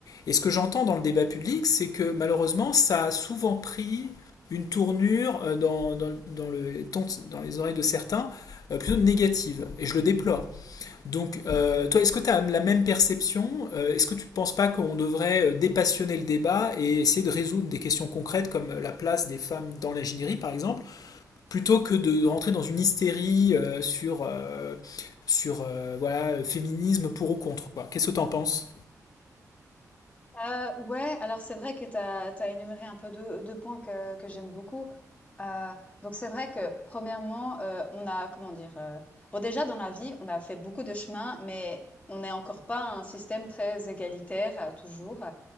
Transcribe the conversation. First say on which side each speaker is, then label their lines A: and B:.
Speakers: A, on the left; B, on the left.
A: Et ce que j'entends dans le débat public, c'est que malheureusement, ça a souvent pris une tournure euh, dans, dans, dans le, dans les oreilles de certains euh, plutôt négative. Et je le déplore. Donc, euh, toi, est-ce que tu as la même perception Euh, Est-ce que tu ne penses pas qu'on devrait euh, dépassionner le débat et essayer de résoudre des questions concrètes comme la place des femmes dans l'ingénierie, par exemple, plutôt que de rentrer dans une hystérie euh, sur, euh, sur euh, voilà, féminisme pour ou contre, quoi. Qu'est-ce que tu en penses?
B: Euh, ouais, alors c'est vrai que tu as, énuméré un peu deux, deux points que, que j'aime beaucoup. Euh, donc c'est vrai que premièrement, euh, on a, comment dire, euh, bon déjà dans la vie, on a fait beaucoup de chemin, mais on n'est encore pas un système très égalitaire euh, toujours.